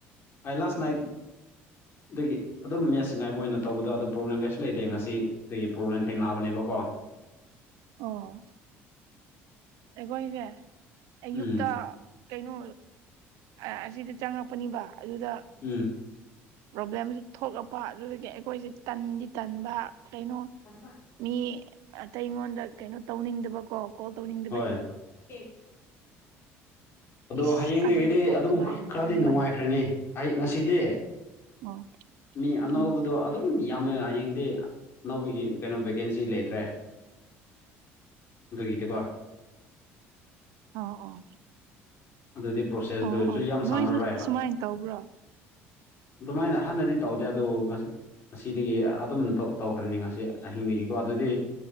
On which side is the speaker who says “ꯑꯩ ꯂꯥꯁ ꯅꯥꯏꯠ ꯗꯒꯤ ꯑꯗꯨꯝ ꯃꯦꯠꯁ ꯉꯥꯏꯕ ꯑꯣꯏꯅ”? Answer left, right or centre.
Left